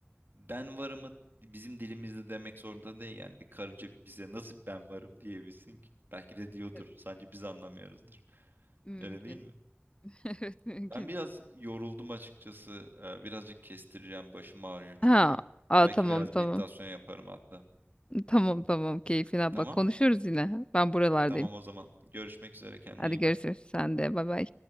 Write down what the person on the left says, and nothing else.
Evet,
mümkün.
<laughs> Evet, mümkün.
Ha, aa,
tamam
tamam.
Tamam tamam keyfine
bak. Konuşuruz yine. Ben buralardayım.
Hadi
görüşürüz.
Sen de bay bay.